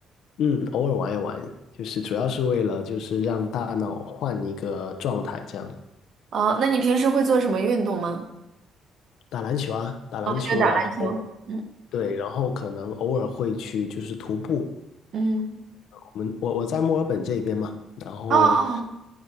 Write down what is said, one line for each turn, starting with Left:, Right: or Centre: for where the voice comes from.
Left: 嗯，偶尔玩一玩，就是主要是为了就是让大脑换一个状态，这样
Right: 哦，那你平时会做什么运动吗？
Left: 打篮球啊，打篮球，
Right: 哦，就打篮球。
Left: 然后
Right: 嗯
Left: 对，然后可能偶尔会去就是徒步。
Right: 嗯。
Left: 我们我我在墨尔本这边嘛，然后
Right: 哦哦，